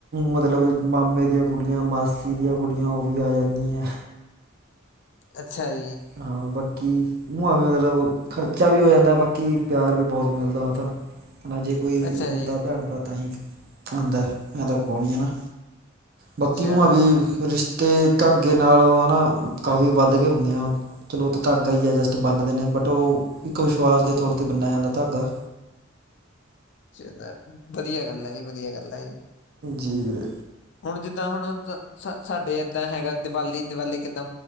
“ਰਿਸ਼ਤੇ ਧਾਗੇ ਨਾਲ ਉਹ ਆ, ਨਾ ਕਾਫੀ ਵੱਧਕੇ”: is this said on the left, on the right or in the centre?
Right